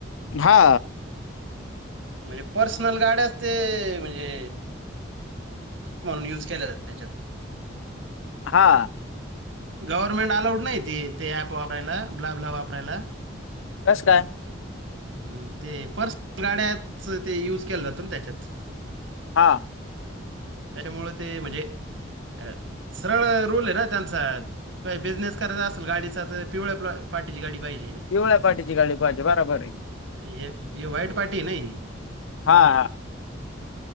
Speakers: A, on the left; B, on the right.
A: हा.
B: म्हणजे पर्सनल गाड्याच ते म्हणजे. म्हणून यूज केल्या ज त्याच्यात
A: हा
B: गव्हर्नमेंट अलाउड नाही त ते ऍप वापरायला ब्लाब्ला वापरायला
A: कस काय
B: म ते पर्सनल गाड्याच ते यूज केलं जातो ना त्याच्यात
A: हा.
B: त्याच्यामुळे ते म्हणजे अ सरळ रोलोल आहे ना त्यांचा. काय बिझनेस करायचा असेल गाडीचा तर पिवळ्या पार्टीची गाडी पाहिजे.
A: पिवळ्या पाटठीची गाडी पाहिजे बरोबर आहे.
B: य व्हाईट पार्टी नाही.
A: हा हा.